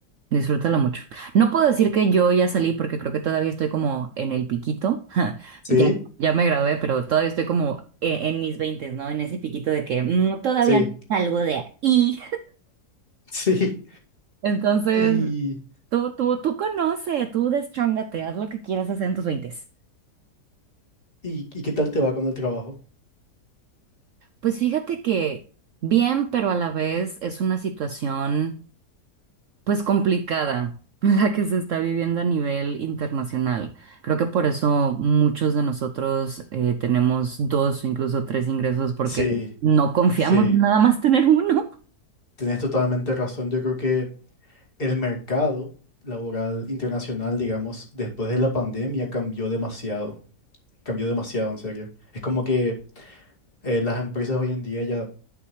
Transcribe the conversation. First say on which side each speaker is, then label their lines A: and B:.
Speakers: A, on the right (about 65°); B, on the left (about 35°).
A: disfrútala mucho. No puedo decir que yo ya salí porque creo que todavía estoy como en el piquito, <laughs>
B: Sí,
A: ya, ya me gradué, pero todavía estoy como e- en, mis veintes, ¿no? En ese piquito de que mm, todavía
B: sí,
A: no salgo de ahí.
B: <laughs> sí.
A: Entonces,
B: ¿Y,
A: tú, tú, tú conoce, tú deschóngate, haz lo que quieras hacer en tus veintes.
B: y, y qué tal te va con el trabajo?
A: Pues fíjate que bien, pero a la vez es una situación pues complicada, <laughs> la que se está viviendo a nivel internacional. Creo que por eso muchos de nosotros eh, tenemos dos o incluso tres ingresos porque
B: Sí,
A: no confiamos
B: sí.
A: en nada más tener uno.
B: Tienes totalmente razón. Yo creo que el mercado laboral internacional, digamos, después de la pandemia cambió demasiado. Cambió demasiado, en serio. Es como que eh, las empresas hoy en día ya